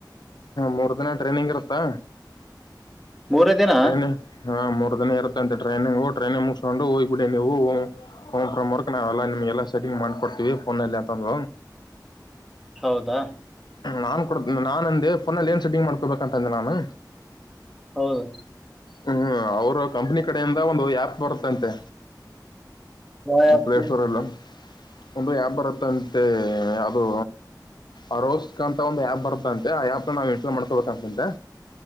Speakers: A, on the left; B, in the centre.
A: ಮೂರ್ ದಿನ ಟ್ರೈನಿಂಗ್ ಇರುತ್ತಾ
B: ಮೂರ ದಿನ
A: ಟ್ರೈನ್ ಹಾ ಮೂರ್ ದಿನ ಇತ್ತಂತೆ ಟ್ರೈನಿಂಗ ಟ್ರೈಿ್ ಮುಗಸ್ಕೊಂಡು ಹೋಗ್ಬಿಡಿ ನೀವುಫ್ರಮರ್ ನ ಎಲ್ಲಾ ನಿಮ್ಗೆ ಎಲ್ಲ ಸೆಟಿಂಗ್ ಮಾಡ್ಕೊಡ್ತೀವಿ ಫೋನ್ ಅಲ್ಲಿ ಅಂತಂದ್
B: ಹೌದಾ
A: ನಾನ್ ಕೊಡ ನಾನ ಅಂದೆ ಫೋನಲ್ಲಿ ಏನ್ ಸೆಟ್ಟಿಂಗ್ ಮಾಡ್ಕೊಬೇಕಂತಂದೆ ನಾನು
B: ಹೌದು
A: ಹ್ಮ್ ಅವ್ರ ಕಂಪನಿ ಕಡೆಯಿಂದ ಒಂದು ಆಪ್ ಬರುತ್ತಂತೆ
B: ಯಾವತ್ತು
A: ಪ್ಲೇ ಸ್ಟೋರ್ ಎಲ್ಲ ಒಂದು ಯಬ್ ಬರುತ್ತಂತೆ ಯಾವ್ದೋ ಆರೋಸ್ಕ್ ಅಂತ ಒಂದು ಆ್ಯಪ್ ಬರುತ್ತ ಅಂತೆ ಆ ಆ್ಯಪ್ನ ನಾವ್ ಇನ್ಸ್ಟಾಲ್ ಮಾಡ್ಕೊಳ್ಬೇಕಂತಂತೆ